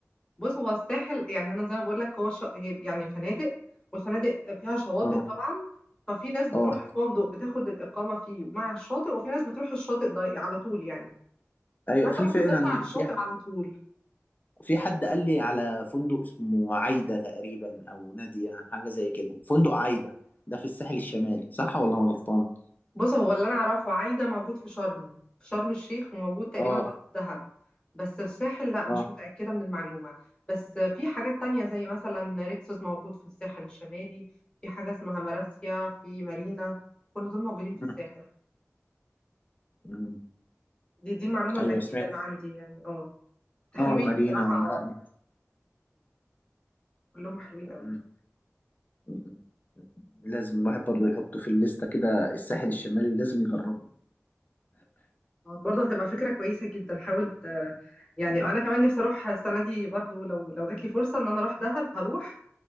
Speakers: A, on the left; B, on the left.
A: بص هو الساحل يعني انا زي ما بقول لك هو ش... هي يعني فنادق والفنادق فيها شواطئ
B: اه
A: طبعا ففي ناس بتروح
B: اه
A: الفندق بتاخد الاقامه فيه مع الشاطئ وفي ناس بتروح الشاطئ ده على طول يعني
B: ايوه
A: فانت
B: في
A: ممكن
B: فعلا
A: تطلع على الشاطئ
B: في
A: على طول
B: في حد قال لي على فندق اسمه عايدة تقريبا أو نادية حاجة زي كده فندق عايدة ده في الساحل الشمالي صح ولا أنا غلطان؟
A: بص هو اللي انا اعرفه عايده موجود في شرم في شرم الشيخ وموجود تقريبا
B: اه
A: برضه في دهب بس الساحل لا مش
B: اه
A: متاكده من المعلومه بس في حاجات تانية زي مثلا ريكسوس موجود في الساحل الشمالي في حاجه اسمها مراسيا في مارينا كل دول موجودين في
B: م-
A: الساحل
B: م.
A: دي دي المعلومة
B: أيوه
A: الأكيدة
B: سمعت
A: اللي عندي يعني اه ده
B: اه
A: حلوين
B: مارينا
A: بصراحة
B: ومراقية
A: كلهم حلوين قوي
B: م- م- م. لازم الواحد برضه يحطه في الليستة كده الساحل الشمالي لازم يجربه
A: آه، برضه هتبقى فكرة كويسة جدا حاولت آه، يعني آه، أنا كمان نفسي أروح السنة دي برضه لو لو جات لي فرصة إن أنا أروح دهب هروح